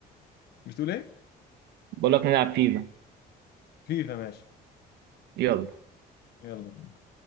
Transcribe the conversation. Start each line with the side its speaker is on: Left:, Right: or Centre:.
Left: بتقول ايه
Right: بقول لك نلعب فيفا
Left: فيفا ماشي
Right: يلا
Left: يلا